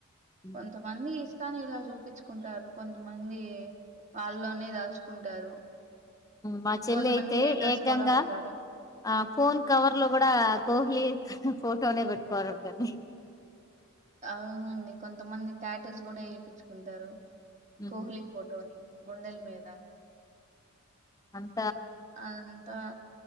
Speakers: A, on the left; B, on the right.
A: ఉమ్
B: కొంతమంది త్తానిలా చూపించుకుంటారు కొంతమంది వాళ్ళలోనే దాచుకుంటారు
A: మా చెల్లి
B: కొంతమంది
A: అయితే
B: హేటర్స్
A: ఏకంగా
B: కూడా ఉంటారు
A: ఆ ఫోన్ కవర్ లో కూడా కోహ్లీ ఫోటోనే పెట్టుకోవాలంటుండి
B: అవునండి కొంతమంది టాటోస్ కూడా చేయిించుకుంటారు
A: ఉమ్
B: కోహ్లీ ఫోటోని గుండెల్ మీద
A: అన్
B: అంతా